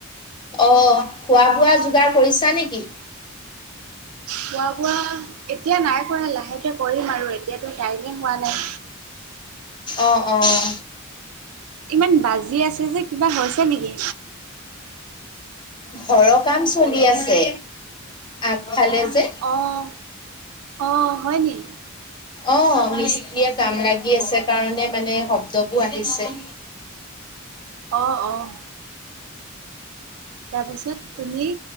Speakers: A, on the left; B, on the right.
A: অ অ, খোৱা-বোৱাৰ যোগাৰ কৰিছা নেকি?
B: খোৱা-বোৱা এতিয়া নাই কৰা লাহেকে কৰিম আৰু এতিয়াতো টাইমে হোৱা নাই।
A: অঁ অ অ অ অ।
B: ইমান বাজি আছে যে কিবা হৈছে নেকি?
A: ঘৰৰ কাম চলি আছে। আগফালে যে
B: অ অ অ অ, অঁ অ হয় নি।
A: অঁ অ মিস্ত্ৰীয়ে কাম লাগি আছে কাৰণে মানে শব্দবোৰ আহিছে।
B: অঁ অ অ অ অ। তাৰপিছত তুমি